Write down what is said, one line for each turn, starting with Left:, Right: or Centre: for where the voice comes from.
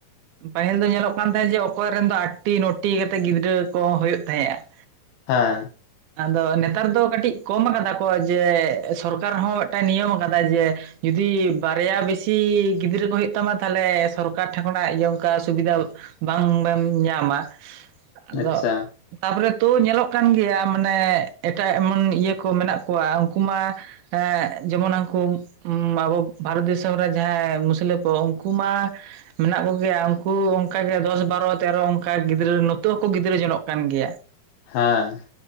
Right: ᱯᱟᱹᱦᱤᱞ ᱫᱚ ᱧᱮᱞᱚᱜ ᱠᱟᱱ ᱛᱟᱦᱮᱸᱫ ᱡᱮ ᱚᱠᱚᱭ ᱨᱮᱱ ᱫᱚ ᱟᱴᱴᱤ ᱱᱚᱴᱤ ᱠᱟᱛᱮᱫ ᱜᱤᱫᱽᱨᱟᱹ ᱠᱚ ᱦᱩᱭᱩᱜ ᱛᱟᱦᱮᱸᱜ-ᱟ᱾ <unintelligible>
Left: ᱦᱮᱸ
Right: ᱟᱫᱚ ᱱᱮᱛᱟᱨ ᱫᱚ ᱠᱟᱹᱴᱤᱡ ᱠᱚᱢ ᱠᱟᱫᱟ ᱠᱚ ᱡᱮ ᱥᱚᱨᱠᱟᱨ ᱦᱚᱸ ᱢᱤᱫᱴᱟᱝ ᱱᱤᱭᱚᱢ ᱠᱟᱫᱟᱭ ᱡᱮ ᱡᱩᱫᱤ ᱵᱟᱨᱭᱟ ᱵᱮᱥᱤ ᱜᱤᱫᱽᱨᱟᱹ ᱠᱚ ᱦᱩᱭᱩᱜ ᱛᱟᱢᱟ ᱛᱟᱦᱚᱞᱮ ᱥᱚᱨᱠᱟᱨ ᱴᱷᱟ ᱠᱷᱚᱱᱟᱜ ᱚᱱᱠᱟ ᱥᱩᱵᱤᱫᱷᱟ ᱵᱟᱝ ᱰᱟᱢ ᱧᱟᱢ-ᱟ᱾ ᱟᱫᱚ
Left: ᱟᱪᱪᱷᱟ
Right: ᱛᱟᱯᱨᱮ ᱛᱩ ᱧᱮᱞᱚᱜ ᱠᱟᱱ ᱜᱮᱭᱟ ᱢᱟᱱᱮ ᱮᱴᱟᱜ ᱮᱢᱚᱱ ᱤᱭᱟᱹ ᱠᱚ ᱢᱮᱱᱟᱜ ᱠᱚᱣᱟ ᱩᱱᱠᱩ ᱢᱟᱹ ᱮᱸᱜ ᱡᱮᱢᱚᱱ ᱠᱩᱢ ᱟᱵᱚ ᱵᱷᱟᱨᱚᱛ ᱫᱤᱥᱚᱢ ᱨᱮ ᱡᱟᱦᱟᱸᱭ ᱢᱩᱥᱞᱟ ᱠᱚ ᱩᱱᱠᱩ ᱢᱟᱹ ᱢᱮᱱᱟᱜ ᱠᱚᱜᱮᱭᱟ ᱩᱱᱠᱩ ᱚᱱᱠᱟ ᱜᱮ ᱫᱚᱥ ᱵᱟᱨᱚ ᱛᱮᱨᱚ ᱚᱱᱠᱟ ᱜᱤᱫᱽᱨᱟᱹ ᱱᱤᱛᱚᱜ ᱦᱚᱸᱠᱚ ᱜᱤᱫᱽᱨᱟᱹ ᱡᱚᱱᱚᱜ ᱠᱟᱱ ᱜᱮᱭᱟ᱾ <unintelligible>
Left: ᱦᱮᱸ